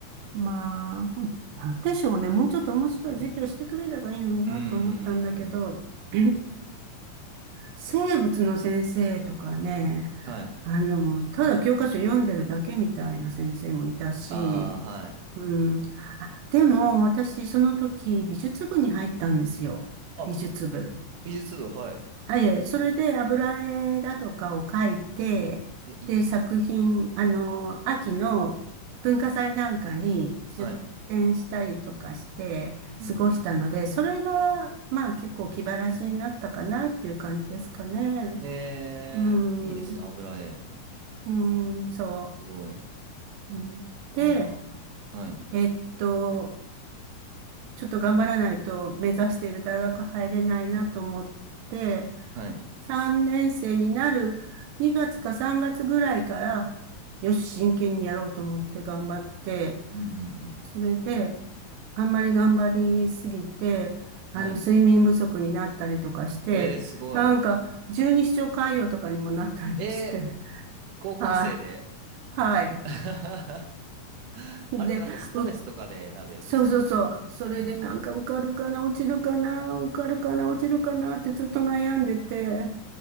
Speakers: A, on the right; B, on the right.
A: まあ、うんなんでしょうね。もうちょっと面白い授業してくれればいいのになと思ったんだけど、
B: うんうんうんうんうん。
A: <clears throat> 生物の先生とかね、
B: はい。
A: あの、ただ教科書読んでるだけみたいな先生もいたし、
B: ああ、はい。
A: うん。あ、でも、私、その時、美術部に入ったんですよ。
B: あ、
A: 美術部。
B: 美術部、はい。
A: あ、いえ、それで油絵だとかを描いて、
B: え、いいですね。
A: で、作品、あの、秋の文化祭なんかに出展したりとかして過ごしたので、
B: はい。うんうん
A: それが、まあ結構気晴らしになったかなっていう感じですかね。
B: えー、
A: う
B: いいですね。
A: ん、
B: 油絵。
A: うん、そ
B: すごい。
A: う。うんで、
B: ああ、はい。
A: えっと、ちょっと頑張らないと目指している大学入れないなと思って、
B: はい。
A: 3年生になる2月か3月ぐらいから、よし、真剣にやろうと思って頑張って、
B: うんうんうん。
A: それで、あんまり頑張りすぎて、あの、
B: はい。
A: 睡眠不足になったりとかして、
B: えー、すごい。
A: なんか、十二指腸潰瘍とかにもなったりして、
B: えー、高校生で。
A: あ、はい。
B: <laughs>
A: で、
B: あれってなんかストレスとかでなるやつですよね。
A: うっそうそうそう。それでなんか受かるかな、
B: うん
A: 落ちるかな、受かるかな、落ちるかなってずっと悩んでて、